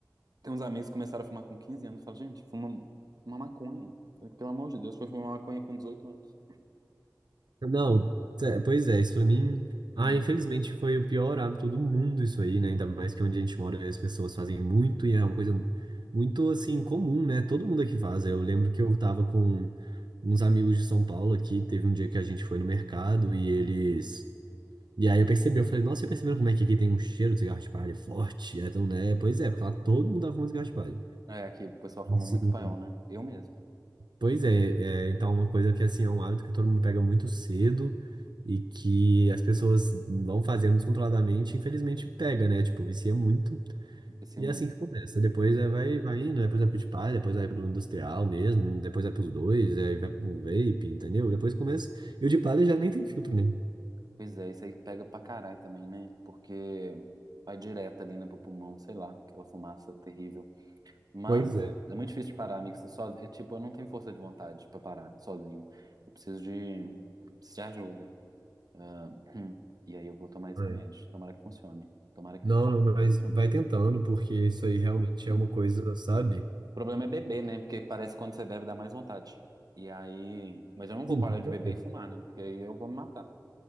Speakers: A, on the right (about 60°); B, on the right (about 80°).
A: tem uns amigos que começaram a fumar com 15 anos, eu falo, gente, fuma uma maconha. Falei, pelo amor de Deus, foi fumar maconha com dezoito anos.
B: Não, é, pois é, isso pra mim. Ah,
A: Hum.
B: infelizmente foi o pior hábito do mundo isso aí, né? Ainda mais que é onde a gente mora as pessoas fazem muito e é uma coisa muito assim comum, né? Todo mundo aqui faz. Eu lembro que eu tava com uns amigos de São Paulo aqui, teve um dia que a gente foi no mercado e eles. E aí eu percebi, eu falei, nossa, você perceberam como é que aqui tem um cheiro de cigarro de palha forte? É, Então, né? Pois é, porque lá todo mundo dava um cigarro de palha.
A: É, aqui o pessoal fuma
B: Assim.
A: muito paiol, né? Eu mesmo,
B: Pois é, é, então uma coisa que assim é um hábito que todo mundo pega muito cedo e que as pessoas vão fazendo descontroladamente, infelizmente pega, né? Tipo, vicia muito
A: descia
B: e
A: muito.
B: é assim que começa. Depois
A: Hum.
B: é, vai, vai indo, depois vai pro de palha, depois vai pro industrial mesmo, depois vai pros dois, aí vai pro vape, entendeu? Depois começa. E o de palha já nem tem filtro, né?
A: Pois é, isso aí pega pra caralho também, né? Porque vai direto ali, né, pro pulmão, sei lá, aquela fumaça terrível. Mas
B: Pois é.
A: é muito difícil de parar, amigo. Você só, é, tipo, eu não tenho força de vontade pra parar sozinho. Eu preciso de, preciso de ajuda. Ah, <clears throat> e aí eu vou tomar esse
B: Ai.
A: remédio. Tomara que funcione. Tomara que
B: Não,
A: funcione.
B: não, mas
A: Hum.
B: vai tentando, porque isso aí realmente
A: Hum.
B: é uma coisa, sabe?
A: O problema é beber, né? Porque parece que quando você bebe dá mais vontade. E aí. Mas eu não vou
B: Sim,
A: parar
B: com
A: de
B: certeza.
A: beber e fumar, né? Porque aí eu vou me matar.